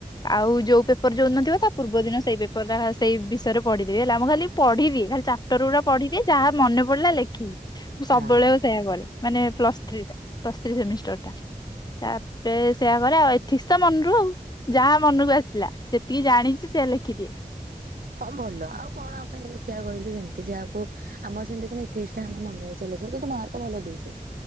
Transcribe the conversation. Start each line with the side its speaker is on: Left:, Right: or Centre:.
Left: ଆ ଆଉ ଯୋଉ ପେପର ଯୋଉ ଦିନ ଥିବ ତା ପୂର୍ବ ଦିନ ସେଇ ପେପର ଟା ହା ସେଇ ବିଷୟରେ ପଢି ଥିବି ହେଲା ମୁଁ ଖାଲି ପଢ଼ି ଦିଏ ଖାଲି ଚାପ୍ଟର ଗୁଡା ପଢିବି ଯାହା ମନେ ପଡିଲା ଲେଖିବି। ମୁଁ
Right: ହଁ
Left: ସବୁବେଳେ ସେୟା କରେ ମାନେ ପ୍ଲସ ଥ୍ରୀ ଟା ପ୍ଲସ ଥ୍ରୀ ସେମିଷ୍ଟର ଟା। ତାପରେ ସେଇଆ କରେ ଆଉ ଏଥିକ୍ସ ତ ମନରୁ ଆଉ। ଯାହା ମନକୁ ଆସିଲା ଯେତିକି ଜାଣିଛି ସେ ଇଆ ଲେଖି ଦିଏ।
Right: ହଁ ଭଲ ଆଉ କଣ ଆଉ କେମତି ଲେଖିଆ କହିଲୁ ଯେମତି ଯାହାକୁ ଆମର ସେମତି କଣ ଏଥିକ୍ସ ଟା ଆମ ମନ ଇଚ୍ଛା ଲେ ଖୁ କିନ୍ତୁ ମାର୍କ ଭଲ ଦିଏ ସେ।